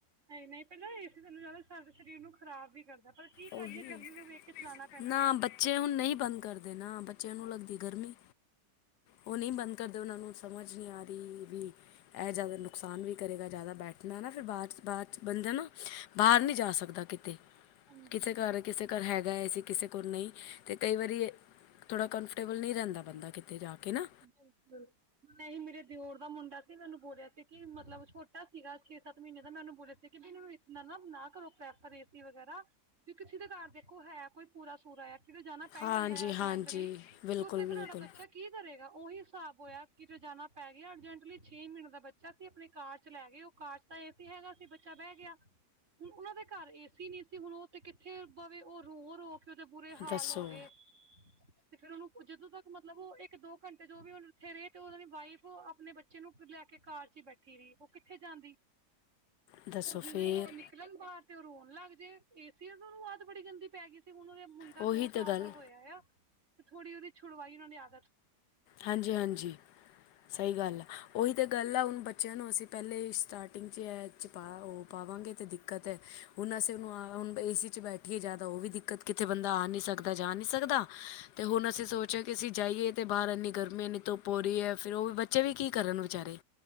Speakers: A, on the right; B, on the left.
A: ਨਹੀਂ ਨਹੀਂ ਪਹਿਲਾਂ ਏਸੀ ਜ਼ਿਆਦਾ ਸਾਡੇ ਸਰੀਰ ਨੂੰ ਖ਼ਰਾਬ ਵੀ ਕਰਦਾ ਪਰ। ਕੀ ਕਰੀਏ
B: ਉਹੀ
A: ਗਰਮੀ ਨੂੰ ਵੇਖ ਕੇ ਚਲਾਉਣਾ ਪੈਂਦਾ
B: ਨਾ
A: ਆ।
B: ਬੱਚੇ ਹੁਣ ਨਹੀਂ ਬੰਦ ਕਰਦੇ ਨਾ ਬੱਚਿਆਂ ਨੂੰ ਲੱਗਦੀ ਗਰਮੀ। ਉਹ ਨਹੀਂ ਬੰਦ ਕਰਦੇ ਉਹਨਾਂ ਨੂੰ ਸਮਝ ਨਹੀਂ ਆ ਰਹੀ ਵੀ। ਇਹ ਜ਼ਿਆਦਾ ਨੁਕਸਾਨ ਵੀ ਕਰੇਗਾ ਜਿਆਦਾ ਬੈਠਣਾ ਨਾ ਫਿਰ ਬਾਅਦ ਚ ਬਾਅਦ 'ਚ ਬੰਦਾ ਨੂੰ। ਬਾਹਰ ਨਹੀਂ ਜਾ ਸਕਦਾ ਕਿੱਤੇ।
A: ਹਾਂਜੀ
B: ਕਿਸੇ ਘਰ ਕਿਸੇ ਘਰ ਹੈਗਾ ਏ ਸੀ ਕਿਸੇ ਕੋਲ ਨਹੀਂ ਤੇ ਕਈ ਵਾਰੀ। ਥੋੜਾ ਕੰਫਰਟੇਬਲ ਨਹੀਂ ਰਹਿੰਦਾ ਬੰਦਾ ਕਿੱਤੇ ਜਾਂ ਕੇ।
A: ਬਿਲਕੁਲ।
B: ਨਾ
A: ਨਹੀਂ ਮੇਰੇ ਦਿਓ ਦਾ ਮੁੰਡਾ ਸੀ। ਮੈਨੂੰ ਬੋਲਿਆ ਸੀ ਕਿ ਮਤਲਬ ਛੋਟਾ ਸੀਗਾ ਛੇ ਸੱਤ ਮਹੀਨੇ ਦਾ। ਮੈ ਉਹਨੂੰ ਬੋਲਿਆ ਸੀ ਵੀ ਮੈਨੂੰ। ਨਾ ਨਾ ਨਾ ਕਰੋ ਪ੍ਰੈਫਰ ਏਸੀ ਵਗੈਰਾ ਕਿ ਕਿਸੀ ਦੇ ਘਰ ਦੇਖੋ ਹੈ ਕੋਈ। ਪੂਰਾ ਸੂਰਾ ਆ ਕਿਤੇ ਜਾਣਾ ਪੈ
B: ਹਾਂਜੀ
A: ਹੀ ਜਾਂਦਾ ਆ ਅਰਜੈਂਟਲੀ
B: ਹਾਂਜੀ ਬਿਲਕੁਲ
A: ਤੇ ਉੱਥੇ ਫੇਰ
B: ਬਿਲਕੁਲ
A: ਤੁਹਾਡਾ ਬੱਚਾ। ਕੀ ਕਰੇਗਾ ਉਹੀ ਹਿਸਾਬ ਹੋਇਆ ਕਿਤੇ ਜਾਣਾ ਪੈ ਗਿਆ ਅਰਜੈਂਟਲੀ ਛੇ ਮਹੀਨੇ ਦਾ ਬੱਚਾ। ਆਪਣੇ ਕਾਰ ਚ ਲੈ ਗਏ ਉਹ ਕਾਰ ਚ ਤਾਂ ਏ ਸੀ ਹੈਗਾ ਸੀ ਬੱਚਾ ਬਹਿ ਗਿਆ। ਹੁਣ ਉਹਨਾਂ ਦੇ ਘਰ ਏਸੀ ਨਹੀਂ ਸੀ ਹੁਣ ਉਹ ਤੇ ਕਿੱਥੇ ਬਵੇ। ਉਹ ਰੋ ਰੋ ਉਹਦੇ ਬੁਰੇ ਹਾਲ
B: ਦੱਸੋ
A: ਹੋ ਗਏ ਤੇ ਫੇਰ ਉਹਨੂੰ ਜਦੋਂ ਤੱਕ ਮਤਲਬ ਉਹ ਇੱਕ ਦੋ ਘੰਟੇ ਜੋ ਵੀ ਉਹਨੂੰ। ਇੱਥੇ ਰਹੇ ਤੇ ਉਹ ਦੀ ਵਾਈਫ ਆਪਣੇ ਬੱਚੇ। ਬੱਚੇ ਨੂੰ ਲੈ ਕੇ ਕਾਰ ਚ ਬੈਠੀ ਰਹੀ ਉਹ ਕਿੱਥੇ ਜਾਂਦੀ।
B: ਦੱਸੋ
A: ਉਹ ਜਿਵੇਂ
B: ਫਿਰ
A: ਹੀ ਉਹ ਬਾਹਰ ਤੇ ਉਹ ਰੋਣ ਲੱਗ ਜੇ ਏਸੀ ਉਹਨੂੰ ਆਦਤ ਬੜੀ ਗੰਦੀ ਪੈ ਗਈ। ਤੇ ਹੁਣ ਉਹਦਾ ਮੁੰਡਾ
B: ਉਹੀ
A: ਦੋ ਸਾਲ
B: ਤਾਂ ਗੱਲ
A: ਦਾ ਹੋਇਆ ਆ ਤੇ ਥੋੜ੍ਹੀ ਉਹਦੀ ਛੁਡਵਾਈ ਉਹਨਾਂ ਨੇ ਆਦਤ।
B: ਹਾਂਜੀ, ਹਾਂਜੀ। ਸਹੀ ਗੱਲ ਆ ਉਹੀ ਤਾਂ ਗੱਲ ਆ ਹੁਣ ਬੱਚਿਆਂ ਨੂੰ ਅਸੀਂ ਪਹਿਲੇ ਹੀ ਸਟਾਰਟਿੰਗ 'ਚ ਇਹ। ਵਿੱਚ ਪਾ ਉਹ ਪਾਵਾਂਗੇ ਅਤੇ ਦਿੱਕਤ ਹੈ। ਹੁਣ ਅਸੀਂ ਉਹਨੂੰ ਹੁਣ ਏਸੀ ਵਿਚ ਬੈਠੀਏ ਜ਼ਿਆਦਾ, ਉਹ ਵੀ ਦਿੱਕਤ ਕਿਤੇ ਬੰਦਾ ਆ ਨਹੀਂ ਸਕਦਾ। ਜਾ ਨਹੀ ਸਕਦਾ ਤੇ ਹੁਣ ਅਸੀ ਸੋਚਦੇ ਕਿ ਅਸੀਂ ਜਾਈਏ ਬਾਹਰ ਇਨ੍ਹੀ। ਗਰਮੀ ਇਨੀ ਧੁੱਪ ਹੋ ਰਹੀ ਹੈ ਫਿਰ ਉਹ ਵੀ ਬੱਚੇ ਵੀ ਕੀ ਕਰਨ ਵਿਚਾਰੇ।